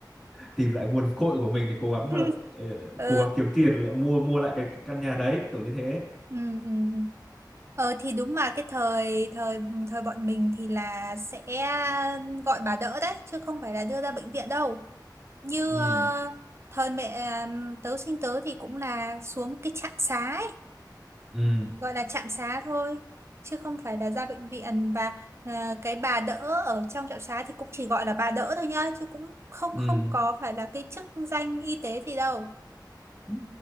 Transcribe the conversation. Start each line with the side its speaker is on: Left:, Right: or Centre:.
Centre: tìm lại nguồn cội của mình thì cố gắng
Right: <laughs>
Centre: mà lại ờ,
Right: ờ
Centre: cố gắng kiếm tiền lại mua mua lại cái, cái căn nhà đấy kiểu như thế
Right: ừ ừ ừ. ờ thì đúng mà cái thời thời ừ, thời bọn mình thì là sẽ gọi bà đỡ đấy chứ không phải là đưa ra bệnh viện đâu như
Centre: ừ
Right: ờ, thời mẹ ờ, tớ sinh tớ thì cũng là xuống cái trạm xá ấy
Centre: ừ
Right: gọi là trạm xá thôi chứ không phải là ra bệnh viện và à, cái bà đỡ ở trong trạm xá thì cũng chỉ gọi là bà đỡ thôi nhá chứ cũng không
Centre: ừ
Right: không có phải là cái chức danh y tế gì đâu
Centre: ừ